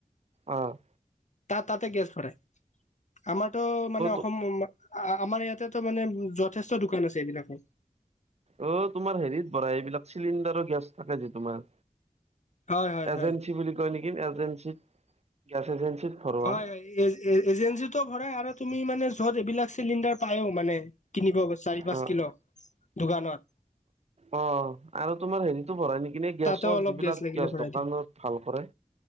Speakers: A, on the right (about 50°); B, on the left (about 60°).
A: অ
B: তাত তাতে গেছ ভৰাই আমাৰতো মানে অসম
A: অ
B: আমাৰ ইয়াতে ত মানে যথেষ্ট দোকান আছে এইবিলাকৰ
A: অ তোমাৰ হেৰিত ভৰা এইবিলাক চিলিণ্ডাৰৰ গেছ থাকে যে তোমাৰ
B: হয় হয়
A: এজেঞ্চি
B: হয়
A: বুলি কয় নেকি এজেঞ্চিত গেছ এজেঞ্চিত ভৰোৱা
B: হয় এ এ এজেঞ্চিটো ভৰাই আৰু তুমি মানে য'ত এইবিলাক চিলিণ্ডাৰ পায়ো মানে কিনিব চাৰি পাঁচ
A: অ'
B: কিলো দোকানত
A: অ আৰু তোমাৰ হেৰিতো ভৰাই নেকি গেছৰ
B: তাতেও অলপ
A: যিবিলাক
B: লাগিলে
A: গেছ
B: ভৰাই
A: দোকানত
B: দিয়ে
A: ভাল কৰে